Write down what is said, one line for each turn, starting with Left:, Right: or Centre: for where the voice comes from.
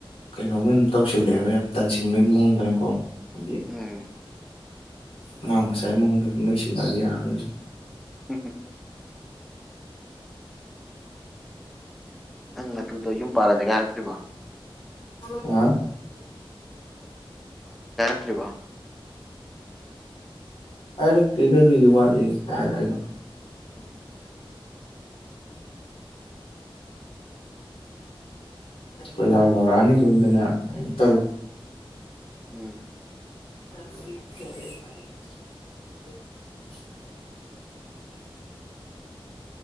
Left: ꯀꯩꯅꯣꯝꯃ ꯑꯗꯨꯝ ꯇꯧꯁꯤꯜꯂꯛꯑꯦꯕ ꯌꯥꯝ ꯇꯥꯟꯁꯤꯟꯕꯒꯤ ꯃꯑꯣꯡꯗꯅꯀꯣ ꯍꯥꯏꯗꯤ
Centre: ꯎꯝ
Left: ꯑꯉꯥꯡ ꯃꯁꯥꯏꯒꯤ ꯃꯑꯣꯡꯗ ꯑꯗꯨꯝ ꯂꯩꯣꯏꯁꯤꯜꯂꯛꯑꯗꯤ ꯌꯥꯔꯔꯣꯏꯁꯨ
Centre: ꯍꯝ ꯍꯝ ꯅꯪ ꯅꯨꯗꯣ ꯌꯨꯝ ꯄꯥꯜꯂꯗ ꯀꯥꯏꯔꯛꯇ꯭ꯔꯤꯕꯣ
Left: ꯑ <unintelligible> <inaudible>
Centre: ꯀ꯭ꯔꯤꯚꯥ
Left: ꯑꯩꯅ ꯀꯗ ꯑꯗꯨꯗꯤ ꯋꯥꯠꯅ
Centre: ꯎꯝ <unintelligible> <inaudible>
Left: ꯣꯏ ꯂꯥꯎ ꯂꯥꯎꯔꯑꯅꯤ ꯁꯣꯝꯗꯅ ꯇꯧ
Centre: ꯎꯝ
Left: <unintelligible> <inaudible>